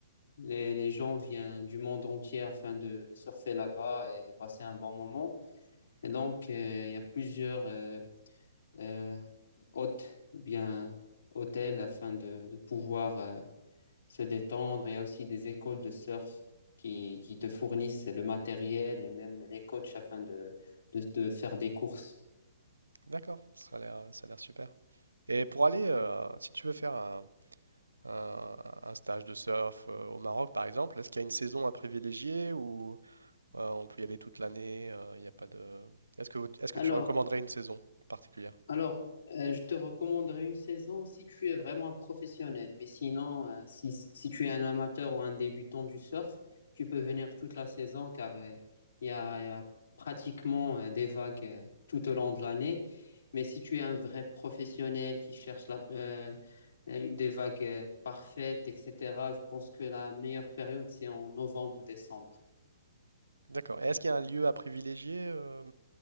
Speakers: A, on the left (about 65°); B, on the right (about 80°).
A: Les, les gens viennent du monde entier afin de, de surfer là-bas et de passer un bon moment. Et donc, euh, il y a plusieurs euh, euh, hôtes ou bien hôtels afin de, de pouvoir euh, se détendre. Il y a aussi des écoles de surf qui, qui te fournissent le matériel et même les coachs afin de, de, de faire des courses.
B: D'accord, ça a l'air, ça a l'air super. Et pour aller, euh, si tu veux faire un, un, un stage de surf euh, au Maroc, par exemple? Est-ce qu'il y a une saison à privilégier ou euh, on peut y aller toute l'année? euh, Il n'y a pas de... Est-ce que, vous- est-ce
A: Alors,
B: que tu recommanderais une saison particulière?
A: Alors, euh, je te recommanderais une saison si tu es vraiment un professionnel. Mais sinon, euh, si, si tu es un amateur ou un débutant du surf, tu peux venir toute la saison car euh, il y a, il y a pratiquement euh, des vagues euh, tout au long de l'année. Mais si tu es un vrai professionnel qui cherche la- euh, euh, des vagues euh, parfaites, etc., je pense que la meilleure période, c'est en novembre-décembre.
B: D'accord. Et est-ce qu'il y a un lieu à privilégier euh,